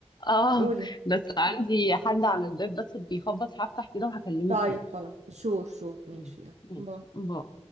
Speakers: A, on the left (about 40°); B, on the right (about 90°).
A: اه
B: قولي
A: بس عندي
B: مم.
A: حد على الباب بس بيخبط هفتح كده وهكلمك
B: طيب
A: تاني
B: خلاص شور شور ماشي
A: مم.
B: يلا
A: ماشي
B: باي
A: باي